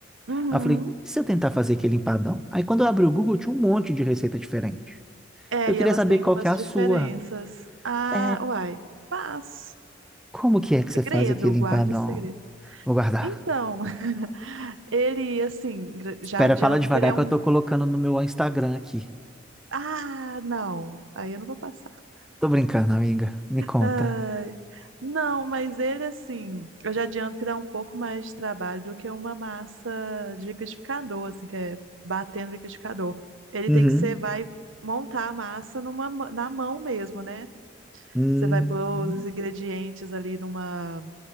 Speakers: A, on the right; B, in the centre.
A: uhum.
B: aí eu falei, e se eu tentar fazer aquele empadão? Aí quando eu abri o Google, tinha um monte de receita diferente.
A: É,
B: Eu
A: e
B: queria
A: elas
B: saber
A: têm
B: qual
A: umas
B: que é a
A: diferenças.
B: sua.
A: Ah,
B: É,
A: uai. Mas,
B: como que é que
A: segredo,
B: você faz aquele
A: guarde
B: empadão?
A: segredo.
B: Vou guardar.
A: Então, <laughs> ele, assim, gra- já
B: Espera,
A: adianto
B: fala devagar
A: que ele é
B: que
A: um.
B: eu tô colocando no meu Instagram aqui.
A: Ah, não. Aí eu não vou passar.
B: Tô brincando, amiga. Me conta.
A: Ai, não, mas ele assim, eu já adianto que dá um pouco mais de trabalho do que uma massa de liquidificador, assim, que é bater no liquidificador. Ele
B: Uhum.
A: tem que ser, vai montar a massa numa, ma- na mão mesmo, né?
B: Hum,
A: Você vai pôr os ingredientes ali numa,